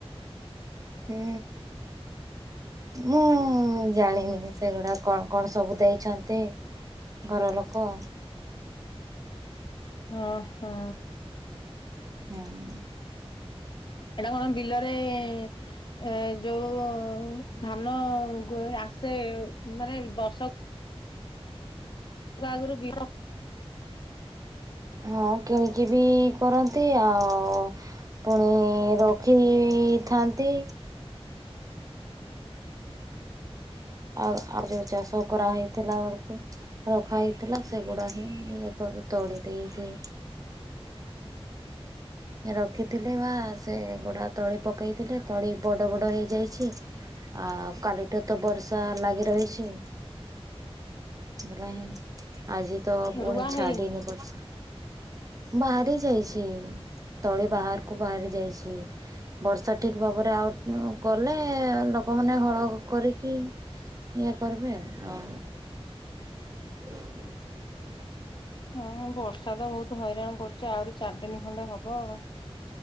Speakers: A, on the right; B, on the left.
A: ଉ ମୁଁ ଜାଣିନି ସେଗୁଡା କଣ କଣ ସବୁ ଦେଇଛନ୍ତି ଘର ଲୋକ?
B: ଓ ହୋ
A: ହୁଁ ଉଁ।
B: ଏଇଟା କଣ ବିଲରେ ଏ ଯୋଉ ଧାନ ଗୋ ସେ ଆସେ ମାନେ ଦଶ ଯାଗରୁ ବି <unintelligible>
A: ହଁ କିଣିକି ବି କରନ୍ତି ଆଉ ପୁଣି ରଖିବିଥାନ୍ତି ଆଉ ଆଉ ଯୋଉ ଚାଷ କରାହେଇଥିଲା ବେଳକୁ ରଖା ହେଇଥିଲା ସେଗୁଡା ହିଁ ଇଏ ତଡ଼ି ଦେଇ ଦେଇ
B: ହ
A: ରଖିଥିଲେ ବା ସେ ଗୁଡା ତଳି ପକେଇଥିଲେ ତଳି ବଡ ବଡ ହେଇଯାଇଛି। ଆ କାଲିଠୁ ତ ବର୍ଷା ଲାଗି ରହିଛି ହେରା ହିଁ ଆଜି ତ ପୁଣି
B: ରୁଆ
A: ଛାଡିିନି
B: ହେଇନି।
A: ବର୍ଷା ବାହାରି ଯାଇଛି ତଳି ବାହାରକୁ ବାହାରି ଯାଇଛି। ବର୍ଷା ଠିକ ଭାବରେ ଆଉ କଲେ ଲୋକମାନେ ହଳ କରିକି ଇଏ କରିବେ ଆଉ ହ <unintelligible>
B: ହଁ ବର୍ଷା ତ ବହୁତ ହଇରାଣ କରୁଛି ଆହୁରି ଚାରି ଦିନ ଖଣ୍ଡେ ହବ ଆଉ